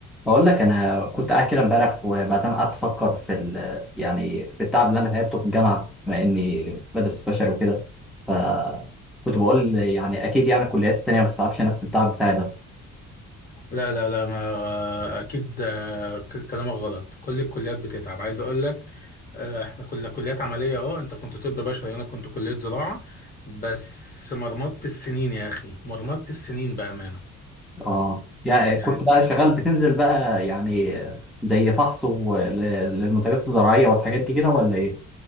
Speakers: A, in the centre; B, on the left.
A: بقول لك انا كنت قاعد كده امبارح وبعدين قعدت افكر في ال... يعني في التعب اللي انا تعبته في الجامعه بما اني بدرس بشري وكده ف كنت بقول يعني اكيد يعني الكليات التانيه ما بتتعبش نفس التعب بتاعي ده
B: لا لا لا ما اكيد آه، كل- كلامك غلط كل الكليات بتتعب عايز اقول لك آه، احنا كنا كليات عمليه اه انت كنت طب بشري انا كنت كليه زراعه بس مرمطت السنين يا اخي مرمطت السنين بامانه
A: اه يعني
B: يعني
A: كنت بقى شغال بتنزل بقى يعني زي فحص و... ل- للمنتجات الزراعيه والحاجات دي كده ولا ايه